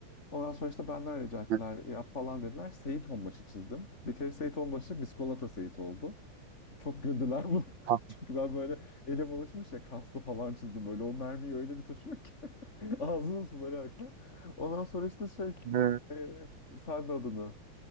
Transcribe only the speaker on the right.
<laughs>
Ha,
e,